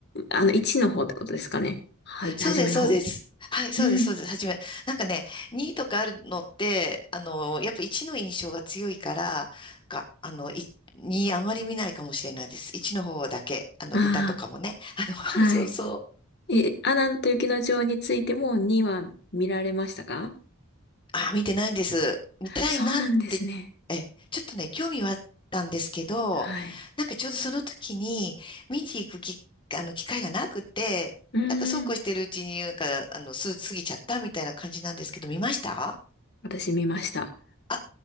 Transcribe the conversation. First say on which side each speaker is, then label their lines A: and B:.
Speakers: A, on the left; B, on the left.
A: あの、1の方ってことですかね。は、
B: そうです、
A: はじめの方。
B: そうです。はい、そうです、
A: うん。
B: そうです。はじめ。なんかね、2とかあるのって、あの、やっぱ1の印象が強いから、か、あの、い2あまり見ないかもしれないです。1の方だけ、あの、
A: ああ、
B: 歌とかもね。あの、
A: はい。
B: <laughs> そうそう。
A: え、アナと雪の女王についても2は見られましたか
B: あ、見てないんです。見たいなって、
A: そうなんですね。
B: え、ちょっとね、興味はあったんですけど、
A: はい。
B: なんかちょうどその時に、見に行くき、あの、機会がなくて、
A: うんうん。
B: なんかそうこうしてるうちに、なんか、あの、す、過ぎちゃったみたいな感じなんですけど、見ました
A: 私見ました。
B: あ、